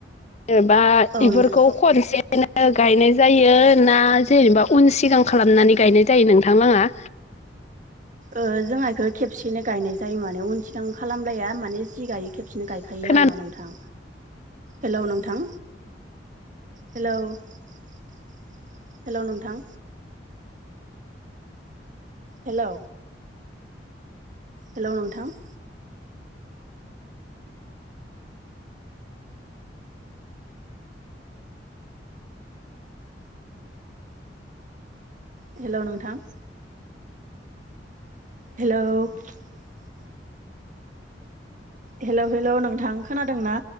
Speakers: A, on the left; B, on the right.
A: ओ बा
B: औ
A: बइफोरखौ
B: नोंथां
A: खनसे <unintelligible> नो गायनाय जायो ना जेनेबा उन सिगां खालामनानै गायनाय जायो नोंथांलाङा?
B: ओ जोङा इखो खेबसेनो गायनाय जायो माने उन सिगां खालामलाया माने जि गायो खेबसेनो गायखायो
A: खोनानो
B: आरोना नोंथां। हेलौ नोंथां हेलौ हेल' नोंथां। हेल'। हेल' नोंथां। हेल' नोंथां। हेल'। हेलौ हेलौ नोंथां खोनादों ना?